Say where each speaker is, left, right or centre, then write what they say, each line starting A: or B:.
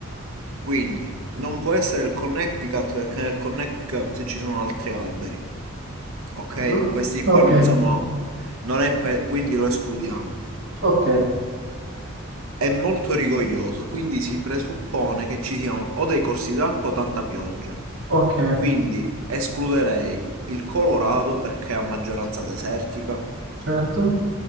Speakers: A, on the right; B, on the right.
A: quindi non può essere il Connecticut perché nel Connecticut ci sono altri alberi, ok?
B: Mm,
A: Questi qua
B: Ok,
A: non sono, non è pae- quindi lo escludiamo.
B: ok,
A: È molto rigoglioso, quindi si presuppone che ci siano o dei corsi d'acqua o tanta pioggia.
B: ok,
A: Quindi escluderei il Colorado perché è a maggioranza desertica.
B: certo.